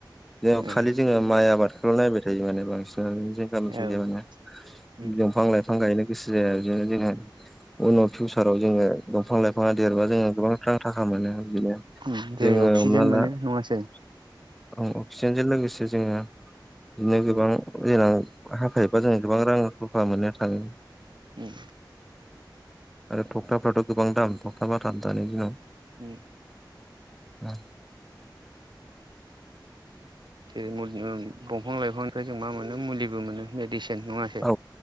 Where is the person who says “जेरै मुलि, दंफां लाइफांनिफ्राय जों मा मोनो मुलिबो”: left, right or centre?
Right